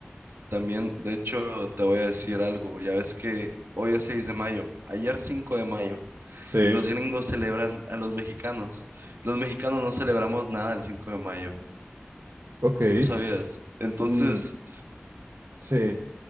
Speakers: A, on the right; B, on the right.
A: también, de hecho, te voy a decir algo, ya ves que hoy es 6 de mayo, ayer 5 de mayo,
B: Sí,
A: los gringos celebran a los mexicanos. Los mexicanos no celebramos nada el 5 de mayo,
B: ok.
A: ¿tú sabías? Entonces...
B: Mm, Sí,